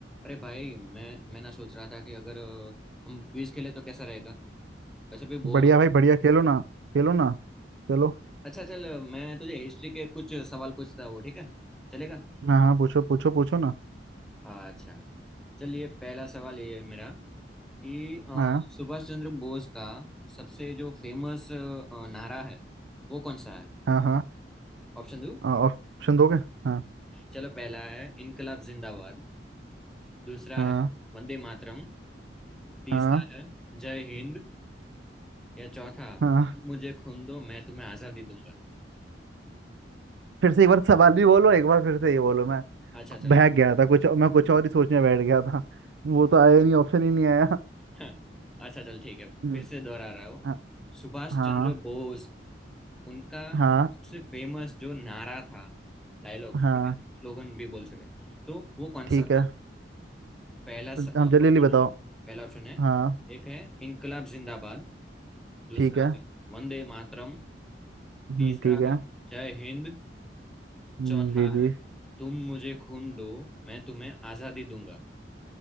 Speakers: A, in the centre; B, on the right.
A: अरे भाई मैं मैं ना सोच रहा था कि अगर अ, हम क्विज खेले तो कैसा रहेगा वैसे भी बोर
B: बढ़िया
A: हो
B: भाई बढ़िया खेलो ना खेलो ना चलो
A: अच्छा चल अ, मैं तुझे हिस्ट्री के कुछ सवाल पूछता हूँ ठीक है चलेगा
B: हाँ हाँ पूछो पूछो पूछो ना
A: अच्छा चलिए पहला सवाल ये है मेरा कि अ,
B: हाँ
A: सुभाष चंद्र बोस का सबसे जो फेमस नारा है वो कौन सा है
B: हाँ हाँ
A: ऑप्शन दो
B: ऑप्शन दोगे हाँ
A: चलो पहला है इनकलाब जिंदाबाद दूसरा
B: हाँ
A: है वंदे मातरम तीसरा
B: हाँ
A: है जय हिंद या चौथा
B: हाँ
A: तुम मुझे खून दो मैं तुम्हें आजादी दूंगा
B: फिर से एक बार सवाल भी बोलो एक बार फिर से ये बोलो मैं
A: अच्छा चल
B: बहक
A: ठीक
B: गया था कुछ मैं कुछ और ही सोचने बैठ गया था वो तो आया ही नहीं ऑप्शन ही नहीं आया
A: हाँ, अच्छा चल ठीक है
B: हम्म,
A: फिर से दोहरा रहा हूँ
B: हाँ
A: सुभाष
B: हाँ
A: चंद्र बोस उनका
B: हाँ
A: सबसे फेमस जो नारा था डायलॉग
B: हाँ
A: ठीक है स्लोगन भी बोल सकते हैं। तो वो कौन
B: ठीक
A: सा था
B: है
A: पहला
B: हम
A: ऑप्शन
B: जल्दी जल्दी बताओ
A: है पहला ऑप्शन है
B: हाँ
A: एक है इनकलाब जिंदाबाद दूसरा
B: ठीक है
A: है वंदे मातरम
B: हम्म,
A: तीसरा
B: ठीक है
A: है जय हिंद
B: हम्म,
A: चौथा
B: जी जी
A: है तुम मुझे खून दो मैं तुम्हें आजादी दूंगा